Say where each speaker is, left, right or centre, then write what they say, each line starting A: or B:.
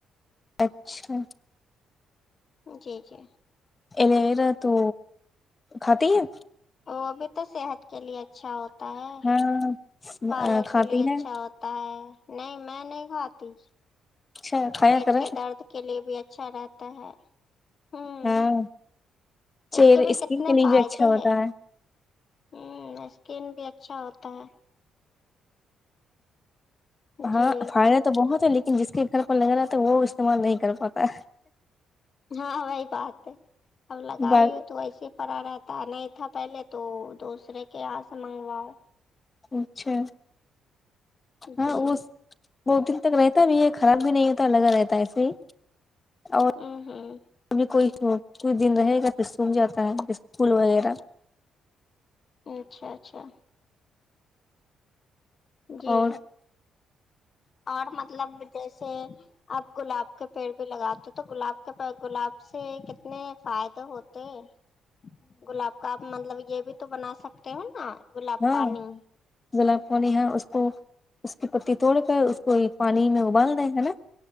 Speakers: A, on the left; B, on the left.
A: اچھا
B: جی جی
A: ایلوویرا تو کھاتی ہو
B: وہ بھی تو صحت کے لیے اچھا ہوتا ہے
A: ہاں
B: بالوں
A: کھاتی
B: کے لیے اچھا
A: ہے
B: ہو تا ہے نہیں میں نہیں کھاتی
A: اچھا کھایا
B: پیٹ
A: کریں
B: کے درد کے لیے بھی اچھا رہتا ہے ہوں
A: ہاں چہرے
B: اس کے بھی
A: اسکن
B: کتنے
A: کے لیے
B: فائدے
A: بھی اچھا ہوتا
B: ہیں
A: ہے
B: ہوں اسکن بھی اچھا ہوتا ہے ہے
A: ہاں
B: جی
A: فائد تو بہت ہے لیکن جس کے گھر پر لگا رہا تھا وہ استعمال نہیں کر پاتا
B: ہاں وہی بات ہے اب لگائی
A: بات
B: ہو تو ویسے پڑا رہتا نہیں تھا پہلے تو دوسرے کے یہاں سے منگواؤ
A: اچھا ہاں
B: جی
A: وہ بہت دن تک رہتا بھی ہے خراب بھی نہیں ہوتا لگا رہتا ایسے ہی اور
B: ہوں ہوں
A: ابھی کوئی کچھ دن رہے گا تو پھر سکھ جاتا ہے اسکول وغیرہ
B: اچھا اچھا جی
A: اور
B: اور مطلب جیسے اب گلاب کے پیڑ بھی لگاتے تو گلاب کے گلاب سے کتنے فائدے ہوتے ہے گلاب کا آپ مطلب یہ بھی تو بنا سکتے ہو نا گلاب
A: ہاں
B: پانی
A: گلاب پانی ہے اس کو اس کی پتی توڑ کر اس کو یہ پانی میں ابال دیں ہے نا